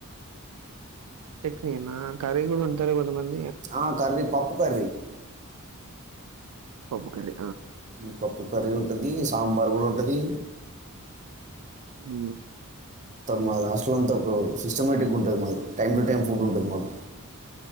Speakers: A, on the right; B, on the right.
A: చెట్నీ నా కారి కూడా అంటది కొంత మందికి
B: ఆ కర్రీ పప్పు కర్రీ
A: పప్పుకరి
B: ఈ పప్పు కర్రీ ఉంటది సాంబార్ కూడా ఉంటది
A: అ
B: మా హాస్టల్ అంతా ఒక సిస్టమేటిక్గా ఉంటది మా టైమ్ టు టైమ్ ఫుడ్ ఉంటది మాకు